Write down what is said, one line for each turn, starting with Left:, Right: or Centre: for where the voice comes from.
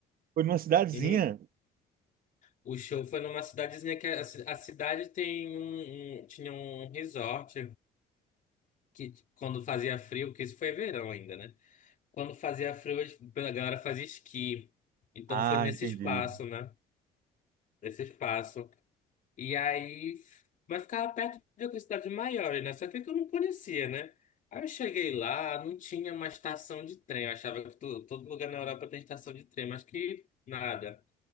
Right: foi numa cidadezinha.
Left: Uhum. o show foi numa cidadezinha que a, ci- a cidade tem um, um- tinha um resort que quando fazia frio, que isso foi verão ainda, né? Quando fazia frio, eles- a galera fazia esqui. Então
Right: Ah,
Left: foi nesse
Right: entendi.
Left: espaço, né? Nesse espaço. E aí, mas ficava perto de outra cidade maior, né? Só que é que eu não conhecia, né? Aí eu cheguei lá, não tinha uma estação de trem. Eu achava que to- todo lugar na Europa tem estação de trem, mas que nada.